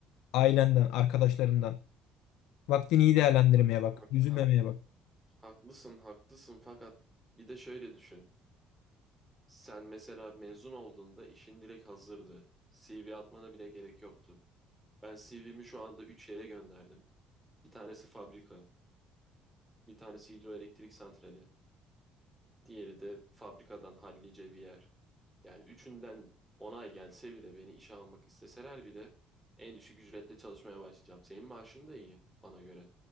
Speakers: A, on the left; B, in the centre.
A: Ailenden, arkadaşlarından. Vaktini iyi değerlendirmeye
B: Hak,
A: bak.
B: hak,
A: Üzülmemeye
B: hak,
A: bak.
B: haklısın, haklısın. Fakat bir de şöyle düşün. Sen mesela mezun olduğunda işin direkt hazırdı. CV atmana bile gerek yoktu. Ben CV'mi şu anda 3 yere gönderdim. Bir tanesi fabrika, bir tanesi hidroelektrik santrali, diğeri de fabrikadan hallice bir yer. Yani üçünden onay gelse bile beni işe almak isteseler bile en düşük ücretle çalışmaya başlayacağım. Senin maaşın da iyi bana göre.